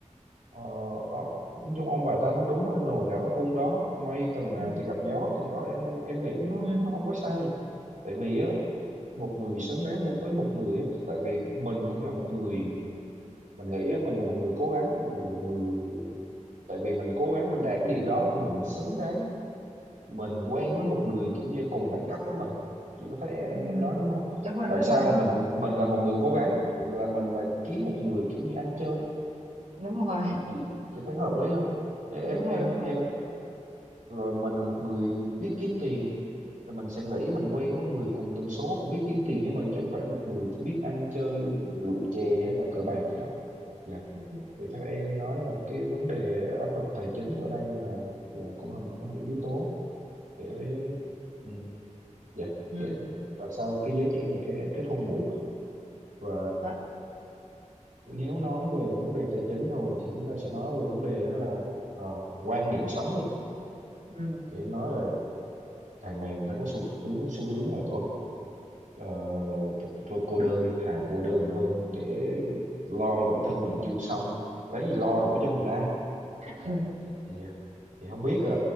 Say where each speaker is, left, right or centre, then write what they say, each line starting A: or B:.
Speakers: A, on the right; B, on the right.
A: Ờ, ờ, nói chung ông bà ta nói đúng á, nồi nào ấp vung đó mây tầng nào
B: Ừ.
A: thì gặp gió tầng đó em em nghĩ nó
B: Ừ.
A: nó không có sai tại vì á một người xứng đáng mu- với một người á, tại vì mình cũng là một người mình nghĩ á, mình là một người cố gắng mình là một người tại vì mình cố gắng mình đạt cái điều đó thì mình xứng đáng mình quen với một người kiểu như cùng đẳng cấp với mình chị có thấy em
B: Ừ.
A: em nói đúng không
B: đúng rồi đúng
A: tại sao
B: rồi đúng
A: mà mình
B: rồi
A: mình là một người cố gắng là mình là kiếm một người kiểu như ăn chơi
B: đúng rồi
A: chị chị chị thấy hợp lý không em
B: đúng
A: em
B: rồi đúng rồi
A: em rồi mình là một người biết kiếm tiền rồi mình sẽ nghĩ mình quen với người cùng tần số cũng biết kiếm tiền như mình chứ không phải một người chỉ biết ăn chơi rượu chè hay là cờ bạc gì đó dạ
B: ừ.
A: thì theo em nói là cái vấn đề áp lực tài chính ở đây là dạ cũng là một trong những yếu tố để ừ, dạ
B: ừ.
A: để và sao cái giới trẻ này cái kết hôn muộn và
B: Đó.
A: nếu nói về vấn đề tài chính rồi thì chúng ta sẽ nói về vấn đề đó là ờ, quan niệm sống đi
B: Ừ.
A: thì em nói là càng ngày người ta có xu hướng xu hướng là thôi Ờ, thôi cô đơn đi thà cô đơn hơn để lo bản thân mình chưa xong lấy gì lo
B: Ừ.
A: nổi cho người ta
B: <laughs>
A: dạ thì thì không biết ờ,